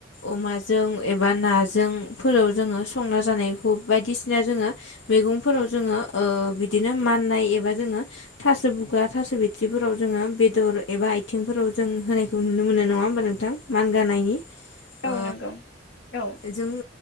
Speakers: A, on the left; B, on the left.
A: अमाजों एबा नाजों फोराव जोङो संना जानायखौ बायदिसिना जोङो मैगंफोराव जोङो ओ बिदिनो माननाय एबा जोङो थास' बुगा, थास' बिथ्रिफोर फोराव जोङो बेदर एबा आथिंफोराव जों होनायखौ नुनो मोनो नङा होमबा नोंथां मानगानायनि।
B: औ
A: ओ
B: नंगौ औ
A: जोङो